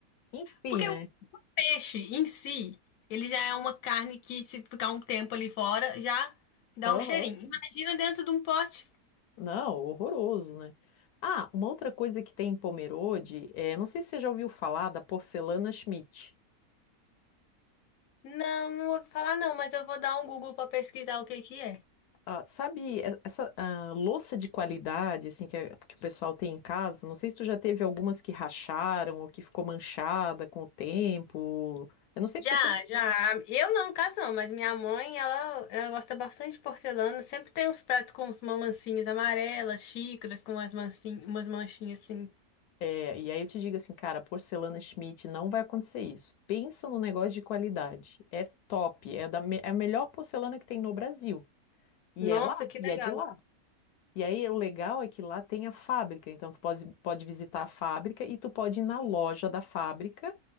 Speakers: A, on the left (about 85°); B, on the left (about 70°).
A: Enfim,
B: Porque
A: né?
B: o peixe em si, ele já é uma carne que, se ficar um tempo ali fora, já dá
A: Aham.
B: um cheirinho. Imagina dentro de um pote.
A: Não, horroroso, né? Ah, uma outra coisa que tem em Pomerode, é, não sei se você já ouviu falar da porcelana Schmidt.
B: Não, não vou falar não, mas eu vou dar um Google para pesquisar o que que é.
A: Ah, sabe, e- essa ah, louça de qualidade, assim, que, é- que o pessoal tem em casa, não sei se tu já teve algumas que racharam ou que ficou manchada com o tempo. Eu não sei
B: Já,
A: porque eu sempre.
B: já. Eu não, no caso não, mas minha mãe, ela, ela gosta bastante de porcelana. Sempre tem uns pratos com umas mancinhas amarelas, xícaras com umas, mancinhas, umas manchinhas assim.
A: é, e aí eu te digo assim, cara, porcelana Schmidt não vai acontecer isso. Pensa no negócio de qualidade. É top, é, da, me- é a melhor porcelana que tem no Brasil. E
B: Nossa,
A: é lá,
B: que
A: e
B: legal.
A: é de lá. E aí, o legal é que lá tem a fábrica, então tu pode, pode visitar a fábrica e tu pode ir na loja da fábrica